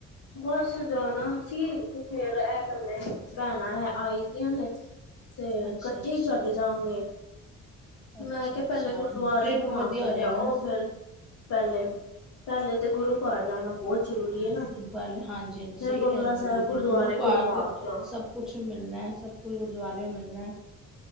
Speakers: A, on the left; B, in the centre.
A: ਬਸ ਜਾਣਾ ਸੀ ਤੇ ਫੇਰ ਐ ਕਹਿੰਦੇ ਭੈਣਾਂ ਆਈ ਦੀਆਂ ਨੇ। ਤੇ
B: ਅੱਛਾ
A: ਇਕੱਠੇ
B: ਅੱਛਾ
A: ਹੀ ਚਲੇ ਜਾਾਂਗੇ।
B: ਅੱਛਾ
A: ਮੈਂ ਕਿਹਾ
B: ਅੱਛਾ
A: ਪਹਿਲੇ ਗੁਰਦੁਆਰੇ
B: ਟ੍ਰਿਪ
A: ਘੁਮਾਂ
B: ਵਧੀਆ
A: ਕੇ
B: ਹੋ
A: ਲਿਆਓ
B: ਜਾਏਗਾ ਨਾ
A: ਫੇਰ ਪਹਿਲੇ ਪਹਿਲੇ ਤਾਂ ਗੁਰੂ ਘਰ ਜਾਣਾ ਬਹੁਤ ਜ਼ਰੂਰੀ ਏ ਨਾ,
B: ਪਹਿਲੇ ਹਾਂਜੀ
A: ਫੇਰ
B: ਹਾਂਜੀ ਸਹੀ
A: ਬੰਗਲਾ
B: ਗੱਲ ਹੈ।
A: ਸਾਹਿਬ
B: ਗੁਰਦੁ
A: ਗੁਰਦੁਆਰੇ
B: ਗੁਰੂ ਘਰ
A: ਤੋਂ
B: ਕੋ ਸਭ
A: <inaudible>
B: ਕੁਛ ਮਿਲਣਾ ਐ, ਸਭ ਕੁਛ ਗੁਰਦੁਆਰੇਓ ਮਿਲਣਾ ਏ।